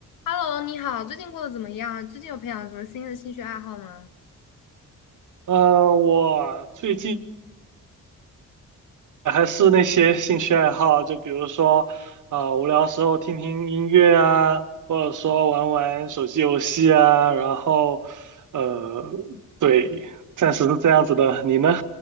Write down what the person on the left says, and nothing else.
Hello，你好，最近过得怎么样？最近有培养什么新的兴趣爱好吗？